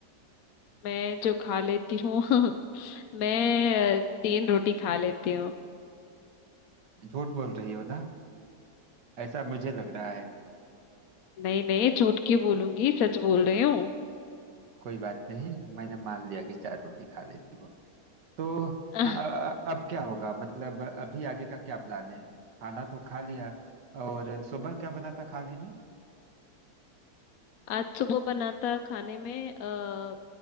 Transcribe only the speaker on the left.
मैं जो खा लेती हूँ <laughs> मैं तीन रोटी खा लेती हूँ
नहीं नहीं झूठ क्यों बोलूंगी सच बोल रही हूँ
आह,
आज सुबह बना था खाने में आ,